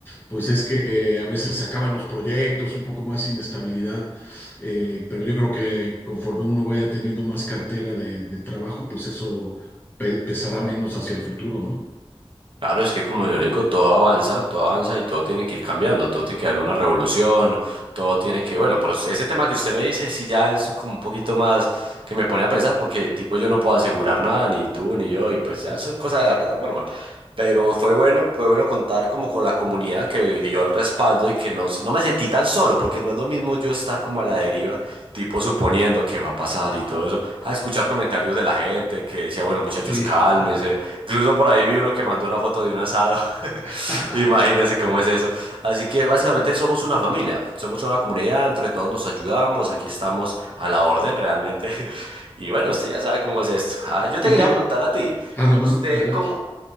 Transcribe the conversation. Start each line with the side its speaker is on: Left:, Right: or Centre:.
Left: pues es que eh, a veces se acaban los proyectos, un poco más inestabilidad, eh, pero yo creo que conforme uno vaya teniendo más cartera de, de trabajo, pues eso pe- pesará menos hacia el futuro, ¿no?
Right: Claro, es que como yo le digo, todo avanza, todo avanza y todo tiene que ir cambiando, todo tiene que haber una revolución, todo tiene que, bueno, por ese tema que usted me dice sí ya es como un poquito más que me pone a pensar porque tipo yo no puedo asegurar nada, ni tú ni yo, y pues ya
Left: Eso.
Right: son cosas de la plataforma. Pero fue bueno, fue bueno contar como con la comunidad que dio el respaldo y que no, no me sentí tan solo, porque no es lo mismo yo estar como a la deriva, tipo suponiendo qué va a pasar y todo eso, a escuchar comentarios de la gente que decía, bueno, muchachos,
Left: Sí.
Right: cálmense. Incluso por ahí vi uno que mandó una foto de un asado.
Left: <laughs>
Right: <laughs> Imagínense cómo es eso. Así que básicamente somos una familia, somos una comunidad, entre todos nos ayudamos, aquí estamos a la orden realmente. <laughs> Y bueno, usted ya sabe cómo es esto. Ah, yo
Left: Y
Right: te quería
Left: te,
Right: preguntar a ti,
Left: adelante,
Right: ¿a usted
Left: adelante.
Right: cómo,